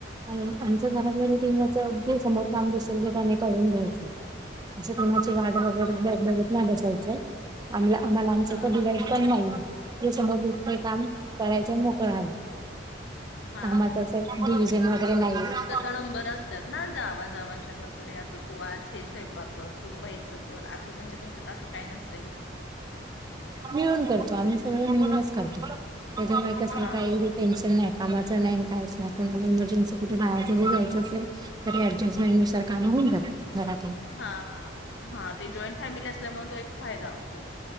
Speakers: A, on the right; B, on the left.
A: आणि आमच्या घरातल्या रिटिंगचं अगदी समोर काम दिसेल तर त्यानी करून घ्यायचं. असे कोणाची गाड वगैरे बघत नाही ब चलच्या आमला आम्हाला आमच्याचा
B: हा.
A: डिवाईड पण नाहीय समोर दस काम करायच मोक प
B: हा
A: आमाच डिव्हजन वगैरे नाहीये.
B: नबर असतात ना जावा जाच्यात डे असं तू आज हे स्वयंपाक करर तू व्हायचं घ असं म्हणजे तुमच्यात असं काय नसत?
A: मिळून करतो आम्ही सगळं मिळूनच करतो. त्याच्यामुळे कसलं
B: हा
A: काही टेन्शन नाही कामाचं नाही काहीच नाही कोणाला एमर्जन्सी कुठे बाहेर जरी जायचं असेल तरी ऍडजस्टंटनुसार कामं होऊन जात घरातील.
B: हा हा हा ते जॉईंट फॅमिली असल्यामुळे तो एक फायदा होतो.